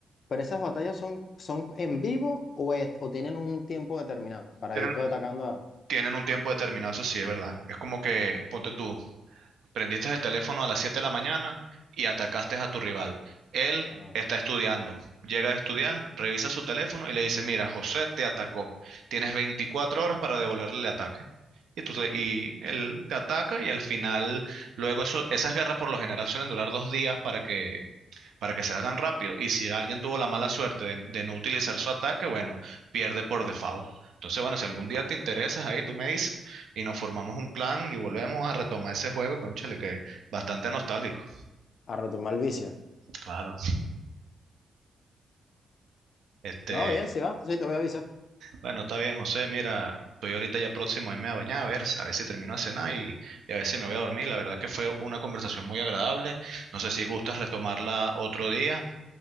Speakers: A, on the left; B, on the right.
A: pero esas batallas son, son en vivo o, es- o tienen un tiempo determinado para
B: Tienen,
A: ir tú atacando a,
B: tienen un tiempo determinado, eso sí es verdad. Es como que, ponte tú, Prendiste el teléfono a las 7 de la mañana y atacaste a tu rival. Él
A: Ah,
B: está estudiando. Llega a estudiar, revisa su teléfono y le dice, mira, José te atacó. Tienes 24 horas para devolverle el ataque. Y, tú te- y él te ataca y al final, luego eso, esas guerras por lo general suelen durar dos días para que para que se hagan rápido. Y si alguien tuvo la mala suerte de, de no utilizar su ataque, bueno, pierde por default. Entonces, bueno, si algún día te interesas ahí, tú me dices y nos formamos un clan y volvemos a retomar ese juego, cónchale que es bastante nostálgico.
A: a retomar el vicio.
B: Claro. Este,
A: No, bien, sí va, sí, te voy a avisar.
B: bueno, está bien, José, mira, estoy ahorita ya próximo a irme a bañar, a ver, a ver si termino de cenar y, y a ver si me voy a dormir. La verdad que fue una conversación muy agradable. No sé si gustas retomarla otro día,